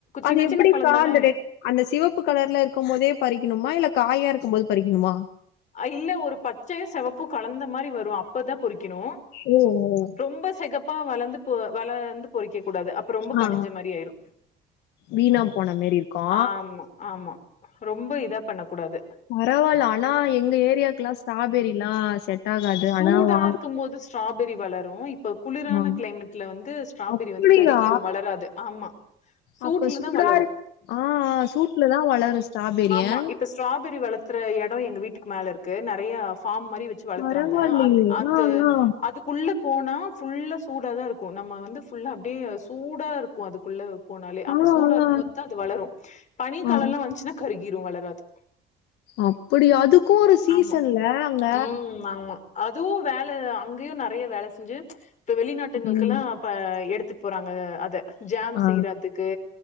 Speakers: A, on the left; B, on the left.
A: அது
B: சின்ன
A: எப்டிக்கா
B: சின்ன பழோ தான
A: அந்த ரெட் அந்த சிவப்பு கலர்ல இருக்கும் மோதே பறிக்கணுமா இல்ல காயா இருக்கும் போது பறிக்கணுமா
B: இல்ல ஒரு பச்சையு செவப்பு கலந்த மாரி வரு அப் இப்பதா பொறிக்கணு
A: ஓ ஓ
B: ரொம்ப செகப்பா வளர்ந்து போ வளந்து பொறிக்க கூடாது அப்ப ரொம்ப
A: ஆ
B: கனிஞ்ச
A: ஆ
B: மாரி ஆயிரு
A: வீணா போன மாரி இருக்கா
B: ஆமா ஆமா ரொம்ப இதா பண்ண கூடாது
A: பரவால்ல ஆனா எங்க ஏரியாக்குல்லா ஸ்டாபெரிலா செட் ஆகாது
B: சூடா
A: ஆனா வாங்
B: இருக்கும் போது ஸ்ட்ராபெரி வளரு இப்ப குளிரான
A: ஆ
B: கிளைமெட்ல வந்து ஸ்ட்ராபெரி
A: அப்டியா
B: வந்து கருகீரு வளராது ஆமா சூட்லதா
A: அப்ப சூடா
B: வளரு
A: இரு ஆ ஆ சூட்ல தா வளரு ஸ்ட்ராபெரி அ
B: மா இப்ப ஸ்ட்ராபெரி வளத்துற எடொ எங்க வீட்டுக்கு மேல இருக்கு நொறைய ஃபார்ம் மாரி வச்சு
A: பரவாயில்லையே
B: த்துறாங்க அந் அந்த
A: ஆ ஆ
B: அதுக்குள்ள போனா ஃபுல்லா சூடா தா இருக்கு நம்ம வந்து ஃபுல்லா அப்டியே சூடா இருக்கு அதுக்குள்ள போனாலே அப்ப
A: ஆ
B: சூடா இருக்கு
A: ஆ
B: போது தா அது வளரு பனி காலொலா
A: ஆ
B: வந்துச்சுன்னா கருகிரு வளராது
A: அப்புடியா அதுக்கு ஒரு சீசன்ல
B: ஆமா
A: அங்க
B: ம் ஆமா அதுவு வேல அங்கயு நெறைய வேல செஞ்சு இப்ப வெளிநாட்டுங்களுக்கெல்லா
A: ம்
B: இப்ப எடுத்துட் போறாங்க அது ஜாம்
A: ஆ
B: செய்றாதுக்கு